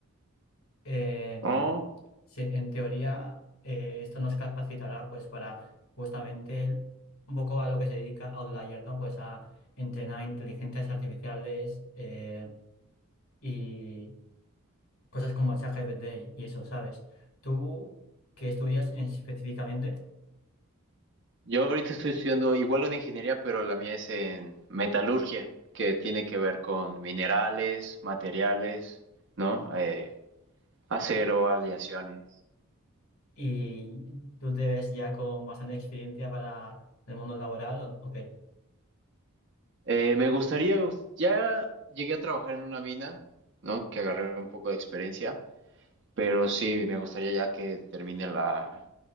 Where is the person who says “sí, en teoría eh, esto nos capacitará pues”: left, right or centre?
Left